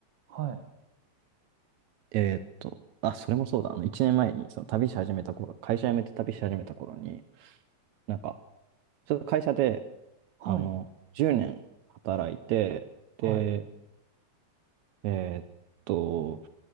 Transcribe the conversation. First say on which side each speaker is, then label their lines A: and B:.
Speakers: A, on the right; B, on the right.
A: はい。
B: えーっと、あ、それもそうだ、あの、1年前に、その旅し始めた頃、会社辞めて旅し始めた頃に、なんか、ちょっと会社で、
A: はい。
B: あの、10年働いて、で、
A: はい。
B: えーっと、